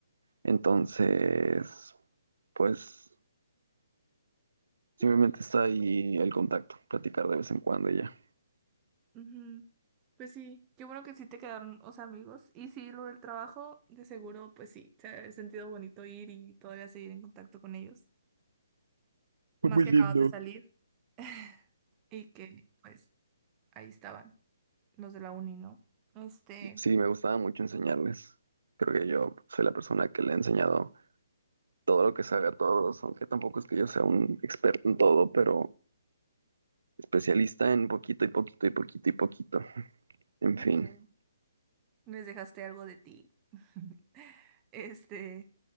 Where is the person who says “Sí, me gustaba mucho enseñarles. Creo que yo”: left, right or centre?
Right